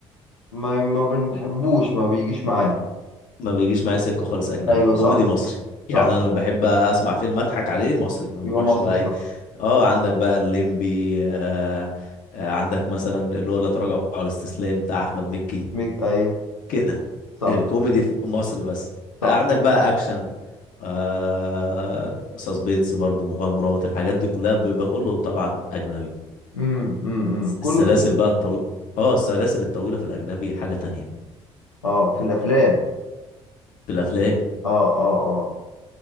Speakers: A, on the left; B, on the left.
A: ما ما بنحبوش ما بيجيش معانا
B: ما بيجيش معايا سكه خالص اجنبي
A: ايوه
B: الكوميدي
A: صح
B: مصري
A: صح
B: يعني انا لما بحب اسمع فيلم اضحك عليه مصري ما
A: يبقى
B: بروحش
A: مصر
B: بقى
A: صح
B: ايه اه عندك بقى الليمبي آه آه، عندك مثلا اللي هو لا تراجع ولا استسلام بتاع احمد مكي
A: ميج ايوه
B: كده
A: صح
B: الكوميدي في مصر بس
A: صح
B: عندك بقى اكشن آه سسبينس برضو مغامرات الحاجات دي كلها بيبقى كله طبعا اجنبي
A: امم امم إمم. كله
B: السلاسل
A: ب...
B: بقى الطويلة اه السلاسل الطويلة في الاجنبي حاجة تانية
A: اه في الافلام
B: في الافلام
A: اه اه اه